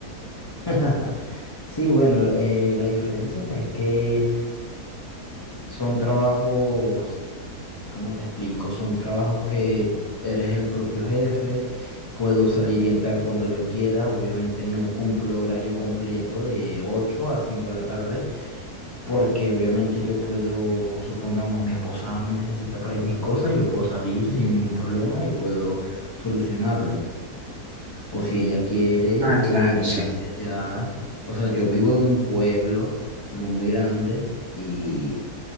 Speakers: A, on the left (about 40°); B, on the right (about 50°).
A: <laughs> Sí, bueno, eh, la diferencia es que son trabajos ¿Cómo te explico? Son trabajos que eres el propio jefe, puedo salir y entrar cuando yo quiera, obviamente no cumplo horario completo de 8 a 5 de la tarde, porque obviamente yo puedo, supongamos mi esposa me necesita para X cosa, yo puedo salir sin ningún problema y puedo solucionarle. O si ella quiere,
B: Ah,
A: puede
B: claro,
A: ir
B: sí.
A: hacia allá. O sea, yo vivo en un pueblo no muy grande y